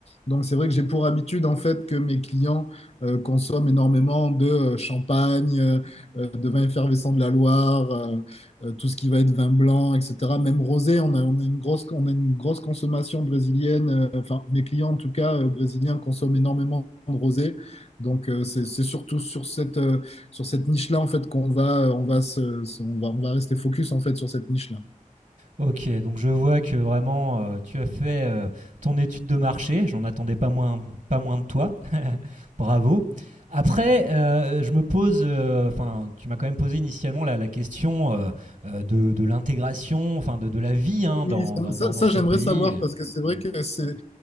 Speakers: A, on the left; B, on the right.
A: Donc, c'est vrai que j'ai pour habitude, en fait, que mes clients euh, consomment énormément de euh, champagne, euh, euh, de vin effervescent de la Loire, euh, euh, tout ce qui va être vin blanc, etc. Même rosé, on a, on a une grosse, on a une grosse consommation brésilienne. euh, enfin, mes clients, en tout cas, euh, brésiliens, consomment énormément de rosé. Donc, euh, c'est c'est surtout sur cette, euh, sur cette niche-là, en fait, qu'on va, euh, on va se- se- on va, on va rester focus, en fait, sur cette niche-là.
B: Ok, donc je vois que vraiment, euh, tu as fait euh, ton étude de marché, j'en attendais pas moins, pas moins de toi. bravo. Après, euh, je me pose, euh, enfin, tu m'as quand même posé initialement la, la question euh, euh, de, de l'intégration, enfin, de, de la vie hein,
A: Oui,
B: dans, dans,
A: ça, ça,
B: dans- ce
A: j'aimerais
B: pays.
A: savoir parce que c'est vrai
B: Hmm,
A: que c'est